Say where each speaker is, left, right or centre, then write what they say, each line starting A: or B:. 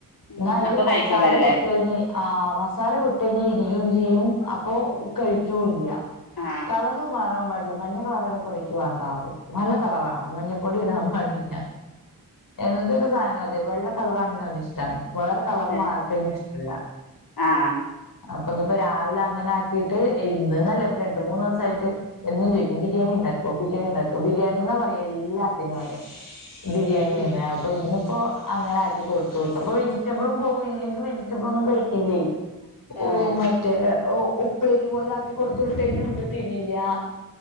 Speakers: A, on the left; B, on the left.
A: ഉം
B: എന്നാ അതില്
A: അപ്പൊ കഴിക്കോക്കാരല്ലേ
B: മസാല പൊട്ട കഴിഞ് ആ് മസാല പൊട്ട കഴിഞ്ഞാൽ ഇരികയും ചെയ്യും അപ്പൊ കഴിക്കൂല്ല.
A: ആഹ്
B: കളറും മാറാൻ പാടില്ല. മഞ്ഞ കളറണെ പുറേക്ക വേണ്ടാറിയും. നല്ല കളറവണം മഞ്ഞപ്പൊടി ഇടാൻ പാടില്ല എന്തൊരു സാനം അത് അതെ വെള്ള കളറാണെങ്കിൽ അവന് ഇഷ്ട വേറെ കളർ
A: ഏഹ്
B: മാറി കഴിഞ്ഞ ഇഷ്ടല്ല
A: ആഹ്
B: അപ്പൊ ഇന്നിപ്പോ രാവിലെ അങ്ങനെ ആക്കിയിട്ട് ഇന്ന് ന്നല്ല രണ്ട് മൂന്ന് ദിവസയിട്ട് എന്നും ചോയിക്കും ബിരിയാണി ഇൻ ഇണ്ടാക്കോ ബിരിയാണി ഇണ്ടാക്കോ ബിരിയാണി ന്നാ പറയാ എല്ലാത്തിനും അതെ ബിരിയാണി
A: ഉം
B: ആഹ് ഇന്ന് അപ്പൊ അങ്ങനെ ആക്കി കൊടുത്തു വിട്ട് അപ്പൊ വെജിറ്റബിളും പോകൂ ഇല്ലെങ്കിൽ വെജിറ്റബിള ഒന്നും കഴിക്കില്ലേ
A: ഏഹ്
B: ഓഹ് മറ്റേ ഉപ്പേരി പോലെ ആക്കി കൊടുത്ത വിട്ട കഴിഞ്ഞാ ഒന്നും തിന്നില്ല